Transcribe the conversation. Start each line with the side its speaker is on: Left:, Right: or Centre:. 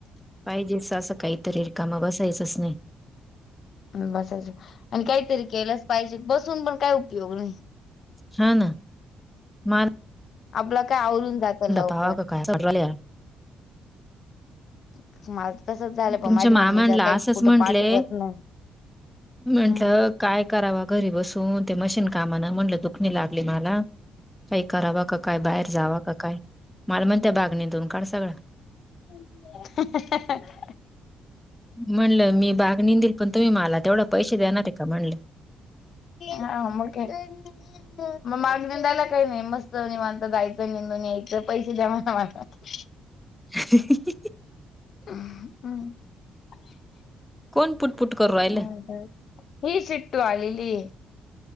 Centre: पाहिजे असं काहीतरी कामा बसायचंच नाही.
Left: बसायचं आणि काहीतरी केलंच पाहिजे बसून पण काय उपयोग नाही.
Centre: हा ना. मा
Left: आपलं काय आवरून जात लवकर.
Centre: पाहावा का काय असं वाटू राहिलं यार.
Left: <unintelligible> तसच झालं प
Centre: तुमच्या
Left: माझी
Centre: मामांला
Left: मम्मी ज काही
Centre: असंच
Left: कुठं
Centre: म्हंटले
Left: पाठवत नव्ह.
Centre: म्हंटलं
Left: हम्.
Centre: काय करावा घरी बसून ते मशीन कामा ना म्हटलं दुखणी लागली मला. काही करावा का काय, बाहेर जावा का काय, मालमणत बागणीतून काढ सगळं.
Left: <inaudible>
Centre: म्हणलं मी बाग निेंदल पण तुम्ही मला तेवढा पैसे देणार आहे का म्हणलं.
Left: हा मग काय. मग माग नेंदायला काही नाही मस्त निवांत जायचं निेंदून यायचं पैसे द्या <unintelligible>
Centre: ह.
Left: <inaudible>
Centre: कोण पुुटपुट करू
Left: मला
Centre: राहिले.
Left: ही चिट्टू आलेली.